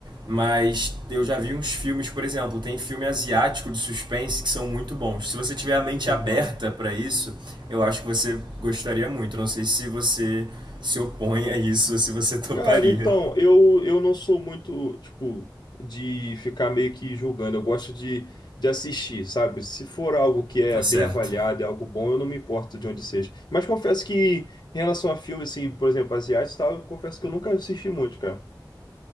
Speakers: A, on the right; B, on the left.
A: mas eu já vi uns filmes, por exemplo, tem filme asiático de suspense que são muito bons. Se você tiver a mente
B: aham.
A: aberta para isso, eu acho que você gostaria muito. Não sei se você se opõe a isso, ou se você <laughs> toparia.
B: Cara, então, eu, eu não sou muito, tipo, de ficar meio que julgando. Eu gosto de, de assistir, sabe? Se for algo que é
A: Tá
B: bem
A: certo.
B: avaliado, é algo bom, eu não me importo de onde seja. Mas confesso que, em relação a filmes, assim, por exemplo, asiáticos e tal, eu confesso que eu nunca assisti muito, cara.